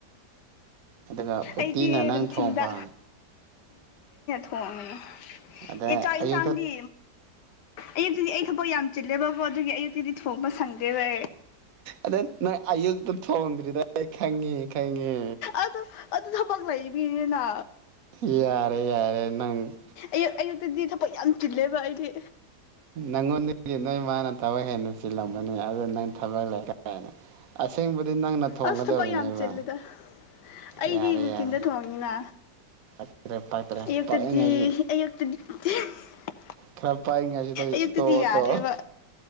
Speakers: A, on the right; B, on the left.
A: ꯑꯗꯨꯒ ꯎꯇꯤꯅ
B: ꯑꯩꯗꯤ
A: ꯅꯪ
B: ꯅꯨꯡꯊꯤꯟꯗ
A: ꯊꯣꯡꯕ
B: ꯍꯣꯡꯒꯅꯤ
A: ꯑꯗꯩ
B: ꯑꯦ ꯆꯥꯛ ꯌꯦꯟꯁꯥꯡꯗꯤ
A: ꯑꯌꯨꯛꯇ
B: ꯑꯌꯨꯛꯇꯨꯗꯤ ꯑꯩ ꯊꯕꯛ ꯌꯥꯝ ꯆꯤꯂꯦꯕꯀꯣ ꯑꯗꯨꯒꯤ ꯑꯌꯨꯛꯇꯨꯗꯤ ꯊꯣꯡꯕ ꯁꯪꯗꯦꯕ
A: ꯑꯗꯨ ꯅꯪ ꯑꯌꯨꯛꯇ ꯊꯣꯡꯗ꯭ꯔꯤꯗꯣ ꯑꯩ ꯈꯪꯉꯤ ꯈꯪꯉꯦ
B: ꯑꯗꯨ ꯑꯗꯨ ꯊꯕꯛ ꯂꯩꯕꯒꯤꯅꯤꯅ
A: ꯌꯥꯔꯦ ꯌꯥꯔꯦ ꯅꯪ
B: ꯑꯌꯨꯛ ꯑꯌꯨꯛꯇꯗꯤ ꯊꯕꯛ ꯌꯥꯝ ꯆꯤꯜꯂꯦꯕ ꯑꯩꯗꯤ
A: ꯅꯪꯉꯣꯟꯗꯒꯤꯗꯤ ꯅꯣꯏ ꯃꯥꯅ ꯊꯕꯛ ꯍꯦꯟꯅ ꯆꯤꯜꯂꯝꯕꯅꯤ ꯑꯗꯨ ꯅꯪ ꯊꯕꯛ ꯂꯩ ꯑꯁꯦꯡꯕꯗꯤ ꯅꯪꯅ ꯊꯣꯡꯒꯗꯕꯅꯦꯕ
B: ꯑꯁ ꯊꯕꯛ ꯌꯥꯝ ꯆꯤꯜꯂꯦꯗ ꯑꯩꯗꯤ
A: ꯌꯥꯔꯦ
B: ꯅꯨꯡꯊꯤꯟꯗ
A: ꯌꯥꯔꯦ
B: ꯊꯣꯡꯉꯤꯅ
A: ꯄꯛꯇ꯭ꯔꯦ ꯄꯛꯇ꯭ꯔꯦ
B: ꯑꯌꯨꯛꯇꯗꯤ
A: ꯄꯛꯏ ꯉꯩꯁꯨ
B: <unintelligible>
A: ꯈꯔ ꯄꯛ ꯏꯉꯩ ꯁꯤꯗ ꯑꯩ
B: ꯑꯌꯨꯛꯇꯗꯤ
A: ꯇꯣ
B: ꯌꯥꯗꯦꯕ
A: ꯇꯣ